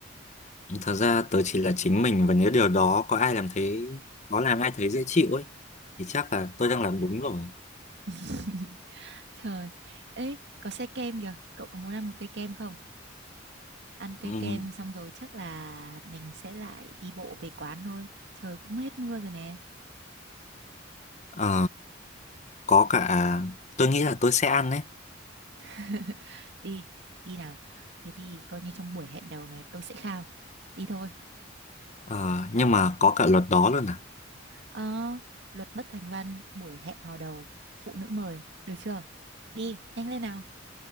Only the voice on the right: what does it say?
<laughs> Trời, ấy có xe kem kìa, cậu có muốn ăn một cây kem không? Ăn cây
kem xong rồi chắc là mình sẽ lại đi bộ về quán thôi. Trời cũng hết mưa rồi nè.
<laughs> đi đi nào thế thì coi như trong buổi hẹn đầu này tôi sẽ khao đi thôi
Ờ, luật bất thành văn buổi hẹn hò đầu phụ nữ mời được chưa đi nhanh lên nào